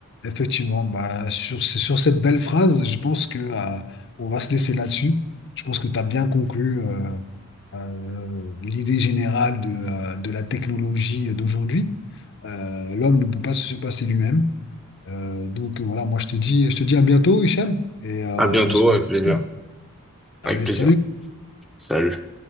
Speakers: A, on the left (about 55°); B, in the centre.
A: Effectivement, bah, sur, c'est sur cette belle phrase, je pense que euh, on va se laisser là-dessus. Je pense que tu as bien conclu euh, euh, l'idée générale de, euh, de la technologie d'aujourd'hui. Euh, l'homme ne peut pas se surpasser lui-même. Euh, donc euh, voilà, moi je te dis, je te dis à bientôt, Hichem, et euh,
B: À bientôt,
A: on se retrouve.
B: avec plaisir.
A: Allez,
B: Avec plaisir.
A: salut!
B: Salut.